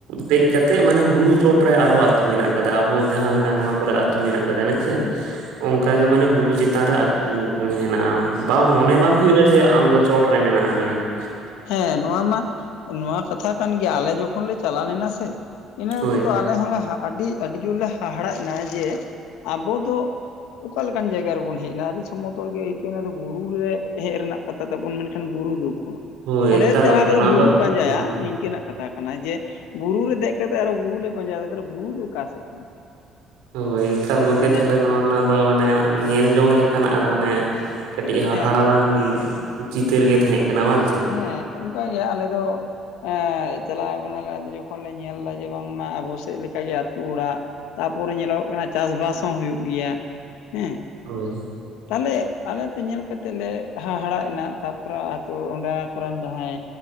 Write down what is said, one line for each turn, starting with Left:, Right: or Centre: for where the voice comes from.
Right: ᱫᱮᱡ ᱠᱟᱛᱮᱫ ᱢᱟᱱᱮ ᱵᱩᱨᱩ ᱪᱚᱴ ᱨᱮ ᱟᱨᱚ ᱟᱹᱛᱩ ᱢᱮᱱᱟᱜ ᱟᱠᱟᱫᱟ ᱟᱵᱚ ᱡᱟᱦᱟᱸ ᱞᱮᱠᱟ ᱱᱚᱣᱟ ᱠᱚᱨᱮ ᱟᱹᱛᱩ ᱢᱮᱱᱟᱜ ᱠᱟᱫᱟ ᱠᱟᱫᱟ ᱱᱮᱸᱡ ᱥᱮ
Left: ᱦᱩᱸ
Right: ᱚᱝᱠᱟ ᱜᱮ ᱢᱟᱱᱮ ᱵᱩᱨᱩ ᱪᱮᱛᱟᱱ ᱨᱮ ᱟᱹᱛᱩ ᱦᱮᱱᱟᱜᱼᱟ ᱾ ᱵᱟᱝ ᱢᱚᱱᱮ ᱵᱟᱝ ᱦᱩᱭᱩᱜᱼᱟ ᱡᱮ ᱟᱢ ᱫᱚ ᱪᱚᱴ ᱨᱮ ᱢᱮᱱᱟᱜ ᱢᱮᱭᱟ ᱾
Left: ᱦᱮᱸ ᱱᱚᱣᱟ ᱢᱟ ᱱᱚᱣᱟ ᱠᱟᱛᱷᱟ ᱠᱟᱱ ᱜᱮᱭᱟ ᱟᱞᱮ ᱡᱚᱠᱷᱚᱱ ᱞᱮ ᱪᱟᱞᱟᱣ ᱞᱮᱱᱟ ᱥᱮ ᱤᱱᱟᱹ
Right: ᱦᱳᱭ
Left: ᱚᱠᱛᱚ ᱟᱞᱮ ᱦᱚᱸ ᱦᱟᱸᱜ ᱟᱹᱰᱤ ᱟᱹᱰᱤ ᱡᱩᱨᱞᱮ ᱦᱟᱦᱟᱲᱟᱜ ᱮᱱᱟ ᱡᱮ ᱟᱵᱚ ᱫᱚ ᱚᱠᱟ ᱞᱮᱠᱟᱱ ᱡᱟᱭᱜᱟ ᱨᱮᱵᱚᱱ ᱦᱮᱡ ᱮᱱᱟ <unintelligible> ᱥᱚᱢᱚᱛᱚᱞ ᱜᱮ ᱟᱹᱭᱠᱟᱹᱠᱣ ᱱᱟ ᱛᱚ ᱵᱩᱨᱩ ᱨᱮ ᱦᱮᱡ ᱨᱮᱱᱟᱜ ᱠᱟᱛᱷᱟ ᱛᱟᱵᱚᱱ ᱢᱮᱱᱠᱷᱟᱱ ᱵᱩᱨᱩ ᱫᱚ ᱩᱠᱩᱨ?
Right: ᱦᱳᱭ
Left: ᱚᱸᱰᱮ
Right: ᱮᱠᱟᱞ
Left: ᱪᱟᱞᱟᱣ
Right: ᱜᱚᱝᱠᱮ
Left: ᱠᱟᱛᱮ
Right: ᱱᱚᱣᱟ
Left: ᱵᱩᱨᱩ
Right: ᱫᱚ
Left: ᱯᱟᱸᱡᱟᱭᱟ
Right: ᱦᱮᱸ
Left: ᱱᱤᱝᱠᱟᱹᱱᱟᱜ ᱠᱟᱛᱷᱟ ᱠᱟᱱᱟ ᱡᱮ ᱵᱩᱨᱩ ᱨᱮ ᱫᱮᱡ ᱠᱟᱛᱮᱜ ᱟᱨᱚ ᱵᱩᱨᱩ ᱞᱮ ᱯᱟᱸᱡᱟᱭᱮᱫᱟ ᱛᱟᱦᱚᱞᱮ ᱵᱩᱨᱩ ᱫᱚ ᱚᱠᱟ ᱥᱮᱫ ᱠᱟᱱᱟ?
Right: ᱦᱳᱭ ᱮᱠᱟᱞ ᱜᱚᱝᱠᱮ
Left: ᱢᱟᱱᱮ
Right: ᱛᱟᱦᱞᱮ ᱱᱚᱜᱼᱚ ᱱᱟ ᱫᱚ ᱢᱟᱱᱮ ᱧᱮᱞ ᱡᱚᱝ ᱞᱮᱠᱟᱱ ᱟᱨ ᱢᱟᱱᱮ ᱠᱟᱹᱴᱤᱡ ᱦᱟᱦᱟᱲᱟᱣᱟᱱ
Left: ᱦᱮᱸ
Right: ᱪᱤᱛᱟᱹᱨ ᱜᱮ ᱛᱟᱦᱮᱸ ᱠᱟᱱᱟ ᱵᱟᱝ ᱪᱮ?
Left: ᱦᱮᱸ ᱚᱝᱠᱟ ᱜᱮ ᱟᱞᱮ ᱫᱚ ᱮᱸᱜ ᱪᱟᱞᱟᱣ ᱠᱟᱱᱟ ᱞᱮ ᱟᱫᱚ ᱡᱚᱠᱷᱚᱱ ᱞᱮ ᱧᱮᱞᱫᱟ ᱡᱮ ᱵᱟᱝᱢᱟ ᱟᱵᱚ ᱥᱮᱫ ᱞᱮᱠᱟᱜᱮ ᱟᱹᱛᱩ ᱚᱲᱟᱜ ᱛᱟᱯᱚᱨᱮ ᱧᱮᱞᱚᱜᱚᱜ ᱠᱟᱱᱟ ᱪᱟᱥᱵᱟᱥ ᱦᱚᱸ ᱦᱩᱭᱩᱜ ᱜᱮᱭᱟ ᱦᱮᱸ ᱾
Right: ᱦᱳᱭ
Left: ᱛᱟᱦᱚᱞᱮ ᱟᱞᱮ ᱫᱚ ᱧᱮᱞ ᱠᱟᱛᱮᱫ ᱞᱮ ᱦᱟᱦᱟᱲᱟᱜ ᱮᱱᱟ ᱛᱟᱯᱚᱨᱮ ᱟᱛᱳ ᱚᱸᱰᱮ ᱠᱚᱨᱮᱱ ᱡᱟᱦᱟᱸᱭᱼᱼ